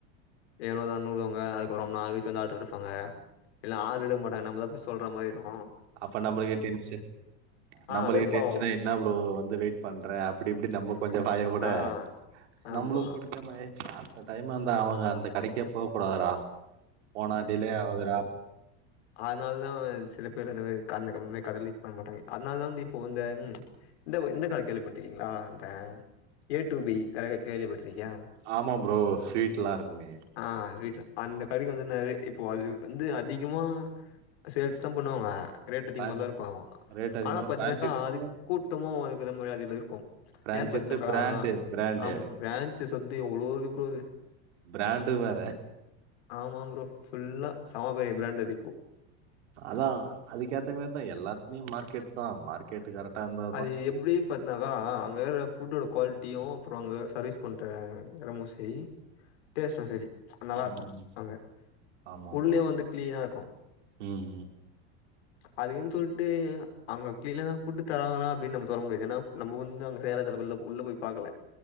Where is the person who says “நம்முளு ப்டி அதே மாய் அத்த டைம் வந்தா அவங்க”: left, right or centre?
Right